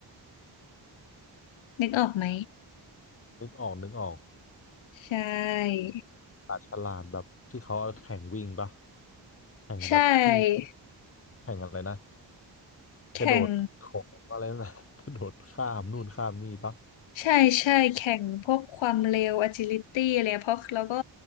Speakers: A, on the left (about 75°); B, on the left (about 30°).
A: นึกออกไหม
B: นึกออกนึกออก
A: ใช่
B: ปลาฉลามแบบที่เขาเอาแข่งวิ่งปะแข่งแบบที่
A: ใช่
B: แข่งอะไรนะ
A: แข่ง
B: กระโดดของอะไรนะ <laughs> กระโดดข้ามนู่นข้ามนี่ปะ
A: ใช่ใช่แข่งพวกความเร็ว agility อะไรเงี้ยเพราะแล้วก็